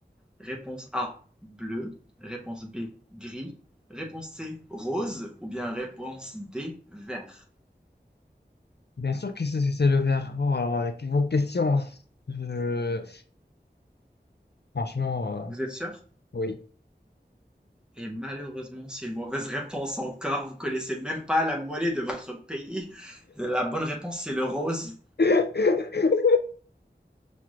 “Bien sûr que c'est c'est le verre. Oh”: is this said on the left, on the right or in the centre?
Left